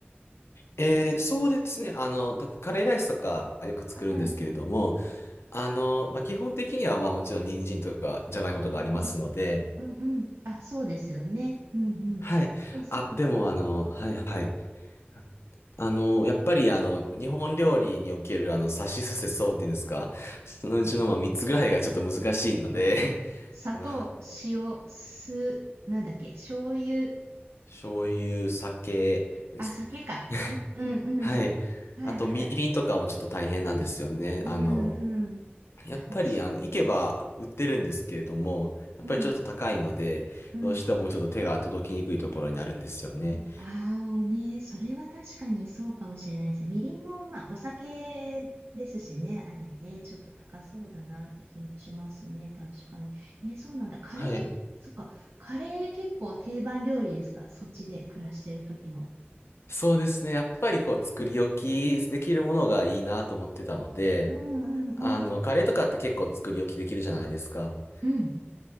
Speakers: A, on the left; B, on the right.
A: えー、そうですね。あの、たカレーライスとかよく作るんですけれども、
B: うんうん。
A: あの、まあ、基本的には、まあもちろん人参とかじゃがいもとかありますので、
B: うんうん。うんうん。あ、そうですよね。うんうん。
A: はい。
B: えー、そっかそっか。
A: あ、でもあの、はいはい。
B: うん
A: <laughs> あの、やっぱりあの、日本料理におけるあの、さしすせそっていうんですか <laughs> そのうちのまあ3つぐらいがちょっと難しいので
B: うん。
A: <laughs>
B: 砂糖、
A: あの、
B: 塩、酢、なんだっけ、醤油、ん
A: 醤油、酒です。
B: あ、酒か。
A: <laughs>
B: うんうんうんうん。
A: はい。
B: はいはい。
A: あと、みりんとかもちょっと大変なんですよね。
B: うんうん。
A: あの、やっぱり、
B: あ、確かに。
A: あの、行けば売ってるんですけれども、やっぱりちょっと高いので、
B: うんうん。
A: どうしてもちょっと手が届きにくいところになるんですよね。
B: ああね、それは確かにそうかもしれないですね。みりんも、まあ、お酒ですしね、あれね、ちょっと高そうだなって気もしますね、確かに。えーそうなんだ。カレー、
A: はい。
B: そっか、カレー結構定番料理ですかそっちで暮らしてる時の。
A: そうですね。やっぱりこう作り置きできるものがいいなと思ってたので、
B: うんうんうん。
A: あの、カレーとかって結構作り置きできるじゃないですか。
B: うん。